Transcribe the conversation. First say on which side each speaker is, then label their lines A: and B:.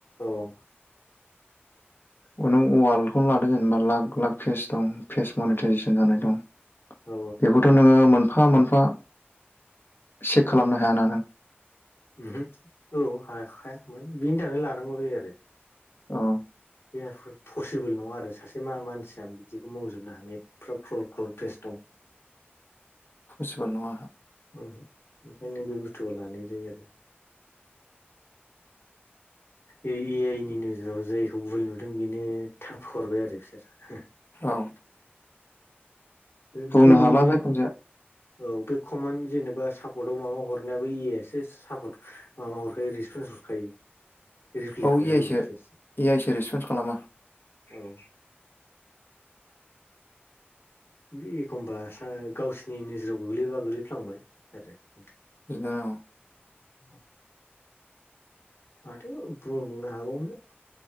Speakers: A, on the left (about 85°); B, on the left (about 60°).
A: औ ।
B: अ नों वालखौनो लादों जेनेबा लाख लाख फेस दं । फेस मनिटजेसन
A: औ
B: जानाय दं
A: औ
B: बेखौथ' नोङो मोन मोनफा मोनफा चेक खालामनो हायाना नों ।
A: ओहोम औ हा हाखाया माने बिनि थाखाय लानांगौ जायो आरो ।
B: औ ।
A: बे आफ पसिबोल नङा आरो सासे मा मानसिया बिदिखौ मावजोबनो हानाय एफा क्रल क्रल फेस दं ।
B: फसिबोल नङा ।
A: ओहोम ओंखाय नो बे बुस्थुखौ लानाय जायो आरो । ए आइ नि नोजोराव जायखौ भुल नुदों बेनो थां हरबाय आरो बिसोर ।
B: औ।
A: ओमफ्राय
B: बुंनो हाला
A: बे
B: जायखुनु
A: ।
B: जाया
A: औ बे कमान जेनेबा सापर्टताव माबा हरनायाबो ए आइ आसो सापर्ट माबा हरखायो रिसपन्स । बुरखायो रिप्ले
B: औ
A: खालायबाबो
B: ए आइ सो
A: बिसोरसो ।
B: ए आइ सो रेसपन्स खालामा
A: औ। बे एखमबा सा गावसिनि नोजोराव गोग्लैबा गोग्लैफ्लांबाय आरो ।
B: <unintelligible>
A: <inaudible> माथो बुंबावनो हाबावनो